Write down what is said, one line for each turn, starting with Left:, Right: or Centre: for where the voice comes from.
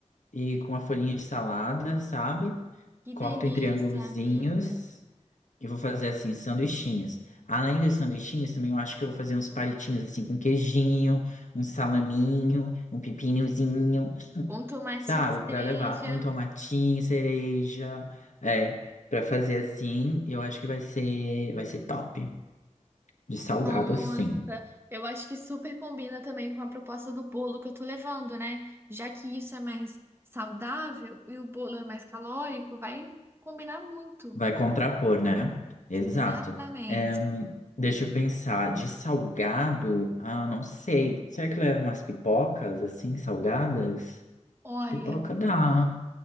Left: e com a folhinha de salada, sabe?
Right: que
Left: Corto
Right: delícia,
Left: em triângulozinhos.
Right: amigo.
Left: Eu vou fazer assim, sanduichinhos. Além dos sanduichinhos, também eu acho que eu vou fazer uns palitinhos assim com queijinho, um salaminho, um pepinozinho,
Right: Um tomatinho
Left: sabe?
Right: cereja.
Left: para levar um tomatinho, cereja, é, para fazer assim, eu acho que vai ser, vai ser top, de salgado
Right: Nossa,
Left: assim.
Right: eu acho que super combina também com a proposta do bolo que eu tô levando, né? Já que isso é mais saudável e o bolo é mais calórico, vai combinar muito.
Left: Vai contrapor, né? Exato.
Right: Exatamente.
Left: É, hum, deixa eu pensar, de salgado, ah, não sei. Será que leva umas pipocas assim, salgadas?
Right: Olha.
Left: Pipoca dá.